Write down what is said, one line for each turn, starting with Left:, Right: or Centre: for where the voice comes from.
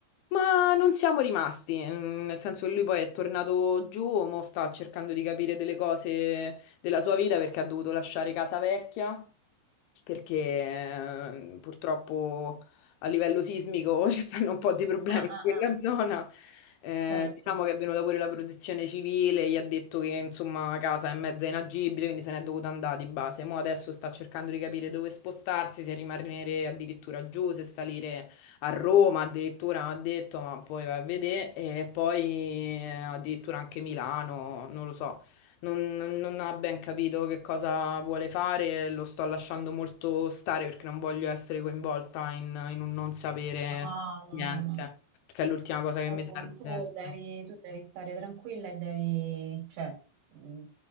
Left: Ma non siamo rimasti, mm, nel senso che lui poi è tornato giù, mo sta cercando di capire delle cose della sua vita perché ha dovuto lasciare casa vecchia. perché eh, purtroppo a livello sismico <laughs> ci stanno un po' di problemi
Right: ah,
Left: in
Right: ah,
Left: quella
Right: ah,
Left: zona. Eh,
Right: Certo.
Left: diciamo che è venuta pure la protezione civile, gli ha detto che insomma casa è mezza inagibile, quindi se n'è dovuta andare di base. Mo adesso sta cercando di capire dove spostarsi, se rimanere addirittura giù, se salire a Roma, addirittura ha detto, ma poi va a vedere, e poi eh, addirittura anche Milano, non lo so non, non- non ha ben capito che cosa vuole fare, e lo sto lasciando molto stare perché non voglio essere coinvolta in, in un non sapere
Right: Ah, no,
Left: niente,
Right: no, no.
Left: perché è l'ultima cosa che
Right: Tu,
Left: mi serve
Right: tu
Left: adesso.
Right: devi, tu devi stare tranquilla e devi, cioè, mh,